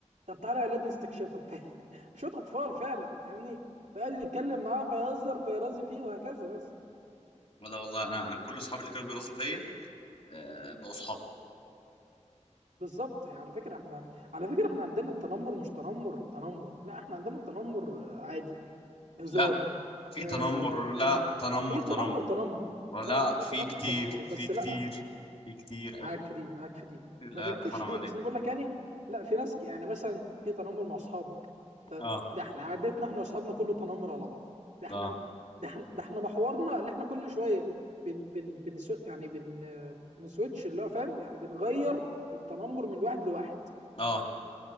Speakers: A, on the right; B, on the left.
A: طب تعالى يا اولاد نستكشفها <laughs> شوط اطفال فعلا فاهمني فقعد يتكلم معاه فيهزر فيرازي فيه وهكذا بس
B: لا والله انا انا كل اصحابي اللي كانوا بيرزوا فيا آه، بقوا اصحاب
A: بالظبط يعني، على فكره احنا على فكره احنا عندنا التنمر مش تنمر تنمر لا احنا عندنا التنمر آه، عادي هزار
B: لا في
A: آه
B: تنمر
A: بتاع
B: لا تنمر
A: في
B: تنمر
A: تنمر تنمر
B: لا
A: فعلا في
B: في
A: تنمر
B: كتير
A: تنمر بس
B: في كتير
A: لا
B: في كتير قوي
A: معاك في دي معاك في دي
B: لا
A: ما بنكرش
B: حرام
A: دي
B: عليك
A: بس انا بقول لك يعني لا في ناس يعني مثلا في تنمر مع اصحابك ط-
B: اه
A: ده احنا عادتنا احنا واصحابنا كله تنمر على بعض ده احنا
B: اه
A: ده احنا ده احنا محورنا اللي احنا كل شويه بن بن بن يعني بن آه، بنسويتش اللي هو فاهم يعني بنغير التنمر من واحد لواحد
B: اه